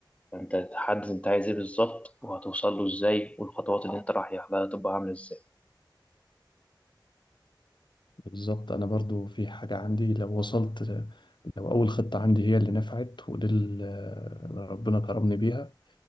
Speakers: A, on the left; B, on the left.
A: فأنت تحدد أنت عايز إيه بالظبط وهتوصل له إزاي والخطوات اللي أنت رايح لها تبقى عاملة إزاي
B: بالظبط أنا برضه في حاجة عندي لو وصلت لو أول خطة عندي هي اللي نفعت ودي اللي ربنا كرمني بيها